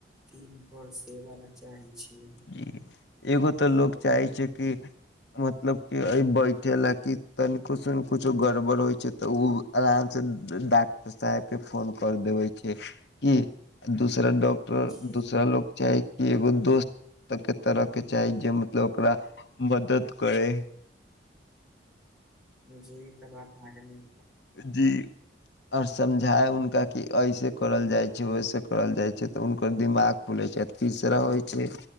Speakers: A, in the centre; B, on the left.
A: दिन भर सेवा ले चाहै छी।
B: जी--एगो तऽ लोक चाहै छै कि मतलब कि ऐ बैठे ले कि तनिको स हुनको कुछो गड़बड़ होइ छैय तऽ ओ आराम से डॉक्टर साहेब के फोन कऽ देबै छै कि दूसरा डाक्टर
A: जे
B: तऽ दूसरा लोग चाही कि एगो दोस्त के तरह के चाही जे मतलब ओकरा मदद करै।
A: जी तब आप अहाँ गेल
B: जी। और समझायब हुनका कि ऐसे करल जाइ छै वैसे करल जाइ छै तऽ हुनकर दिमाग खुलै छै, तीसरा होइ छै